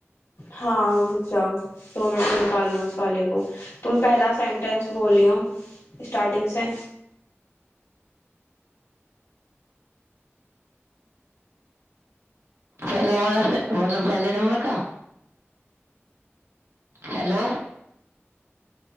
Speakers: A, on the left; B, on the right.
A: हँ <inaudible> जाउ <inaudible> दो मिनटसँ निकाललहु उस वाले को तुम पहला सन्टेन्स बोलियौ स्टार्टिंगसँ
B: पहला वा मतलब पहले नंबर का हेलो